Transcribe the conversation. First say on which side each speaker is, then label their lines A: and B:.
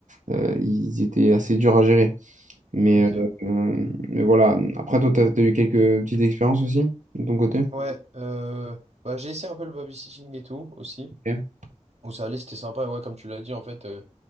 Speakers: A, on the right (about 80°); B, on the right (about 60°).
A: euh, ils étaient assez durs à gérer. Mais,
B: ok.
A: euh, euh, mais voilà. Après, toi, tu as, eu quelques petites expériences aussi de ton côté?
B: Ouais, euh, bah, j'ai essayé un peu le babysitting et tout aussi.
A: Ok.
B: Où ça allait, c'était sympa. Et ouais, comme tu l'as dit, en fait, euh,